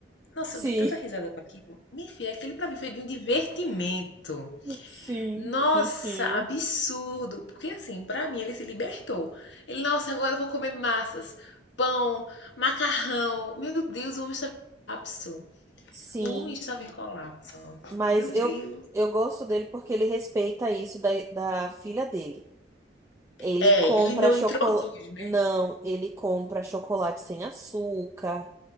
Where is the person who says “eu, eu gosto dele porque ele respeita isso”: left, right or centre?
Right